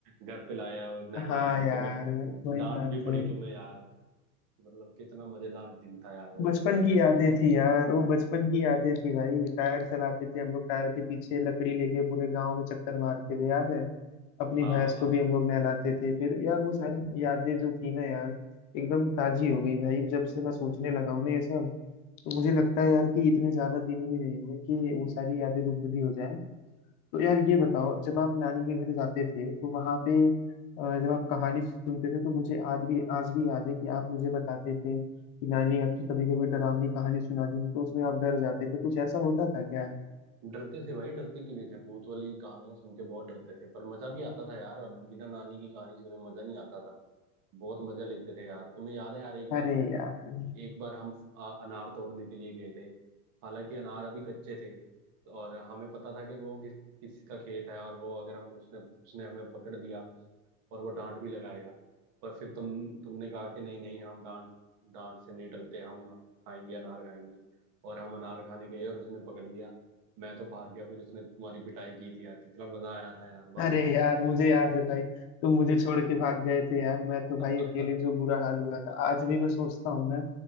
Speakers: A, on the right; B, on the left.
A: घर पे लाया और नहलाया
B: हाँ
A: और
B: यार
A: तुम्हें
B: वही
A: डांट
B: बात
A: भी पड़ी
B: है
A: तुम्हें यार मतलब कितना मजेदार दिन था यार वो
B: बचपन की यादें थी यार वो बचपन की यादें थी भाई टायर चलाते थे हम लोग टायर के पीछे लकड़ी लेके पूरे गांव में चक्कर मारते थे याद है अपनी
A: हाँ
B: भैंस
A: और
B: को भी हम लोग नहलाते थे फिर यार वो सारी यादें जो थी ना यार एकदम ताजी हो गई भाई जब से मैं सोचने लगा हूं ना ये सब तो मुझे लगता है यार कि इतने ज्यादा दिन भी नहीं हुए कि वो सारी यादें धुंधली हो जाए तो यार ये बताओ जब आप नानी के घर जाते थे तो वहां पे अ, जब आप कहानी सुनते थे तो मुझे आज भी आज भी याद है कि आप मुझे बताते थे कि नानी आपकी कभी कभी डरावनी कहानी सुनाती थी तो उसमें आप डर जाते थे कुछ ऐसा होता था क्या
A: डरते थे भाई डरते क्यों नहीं थे भूत वाली कहानियां सुन के बहुत डरते थे पर मजा भी आता था यार बिना नानी की कहानी सुने मजा नहीं आता था बहुत मजा लेते थे यार तुम्हें याद है यार एक
B: अरे
A: बार हम
B: यार
A: एक बार हम आ, अनार तोड़ने के लिए गए थे हालांकि अनार अभी कच्चे थे और हमें पता था कि वो किस किसका खेत है और वो अगर हमने उसने उसने हमें पकड़ लिया और वो डांट भी लगाएगा पर फिर तुम तुमने कहा कि नहीं नहीं हम डांट डांट से नहीं डरते हम खाएंगे अनार खाएंगे और हम अनार खाने गए और उसने पकड़ लिया मैं तो भाग गया फिर उसने तुम्हारी पिटाई की थी यार कितना मजा आया था यार बाद
B: अरे
A: में
B: यार मुझे याद है भाई तुम मुझे छोड़ के भाग गए थे यार मैं
A: <laughs>
B: तो भाई अकेले जो बुरा हाल हुआ था आज भी मैं सोचता हूँ ना